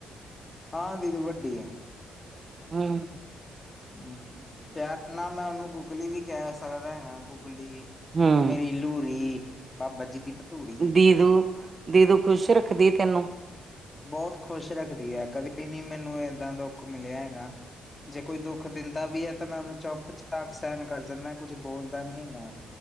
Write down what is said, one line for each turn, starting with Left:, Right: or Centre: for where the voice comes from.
Left: ਹਾਂ ਦੀਦੀ ਵੱਡੀ ਆ।
Right: ਹਾਂ।
Left: ਹੂੰ ਪਿਆਰ ਨਾਲ ਮੈਂ ਉਹਨੂੰ ਗੁਗਲੀ ਵੀ ਕਹਿ ਸਕਦਾ ਹੈਗਾ ਗੁਗਲੀ,
Right: ਹੂੰ,
Left: ਮੇਰੀ। ਲੂਰੀ, ਬਾਬਾ ਜੀ ਦੀ ਭਟੂਰੀ
Right: ਦੀਦੂ, ਦੀਦੂ ਖੁਸ਼ ਰੱਖਦੀ ਤੈਨੂੰ।
Left: ਬਹੁਤ ਖੁਸ਼ ਰੱਖਦੀ ਹੈ ਕਦੇ ਨੀ ਮੈਨੂੰ ਏਦਾਂ ਦੁੱਖ ਮਿਲਿਆ ਹੈਗਾ। ਜੇ ਕੋਈ ਦੁੱਖ ਦਿੰਦਾ ਵੀ ਹੈ ਤਾਂ ਮੈਂ ਉਹਨੂੰ ਚੁਪ- ਚਾਪ ਸਹਿਣ ਕਰ ਜਾਂਦਾ ਕੁਛ ਬੋਲਦਾ ਨੀ ਹੈਗਾ।